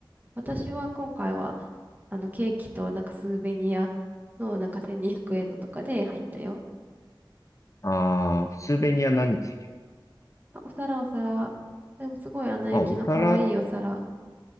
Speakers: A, on the right; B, on the left.
A: 私は今回は、あの、ケーキとなんかスーベニアのなんか1200円のとかで入ったよ。
B: ああ、スーベニア何ついてくる
A: あお皿、お皿。でもすごいアナ雪の可愛いお皿。
B: あ、お皿、